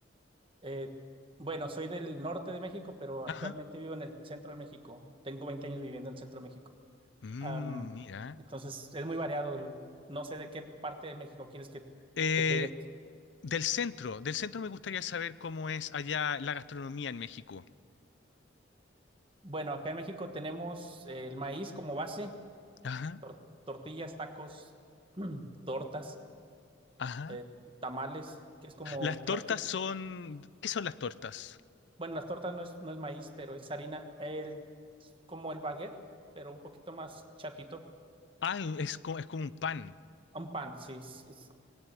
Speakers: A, on the right; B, on the left.
A: Eh, bueno, soy del norte de México, pero actualmente
B: Ajá.
A: vivo en el centro de México. Tengo 20 años viviendo en el centro de México.
B: Mm,
A: Am,
B: mira.
A: entonces, es muy variado. No sé de qué parte de México quieres que,
B: Eh,
A: que te diga.
B: del centro, del centro me gustaría saber cómo es allá la gastronomía en México.
A: Bueno, acá en México tenemos eh, el maíz como base,
B: Ajá,
A: tor- tortillas, tacos, <clears throat> tortas,
B: ajá.
A: eh, tamales, que es como,
B: Las
A: creo
B: tortas
A: que
B: son... ¿Qué son las tortas?
A: Bueno, las tortas no es, no es maíz, pero es harina. El, como el baguette, pero un poquito más chatito.
B: Ah, es como, es como un pan.
A: Un pan, sí. es- es-